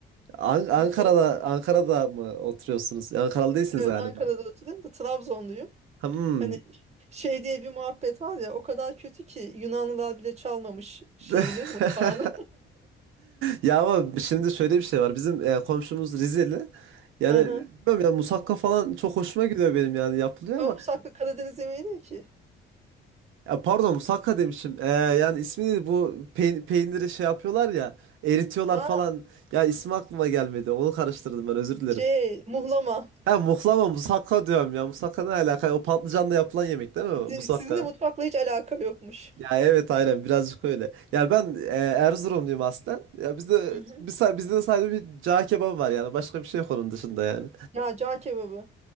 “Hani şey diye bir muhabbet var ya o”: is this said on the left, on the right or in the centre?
Right